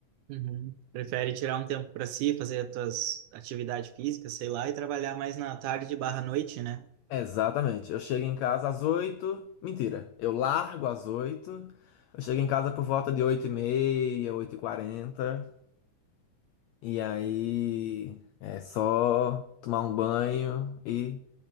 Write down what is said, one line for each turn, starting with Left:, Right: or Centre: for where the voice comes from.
Right: Uhum. Prefere tirar um tempo para si, fazer as tuas atividades físicas, sei lá, e trabalhar mais na tarde barra noite, né?
Left: Exatamente. Eu chego em casa às oito. Mentira, eu largo às oito. Eu chego em casa por volta de oito e meia, oito e quarenta. E aí é só tomar um banho e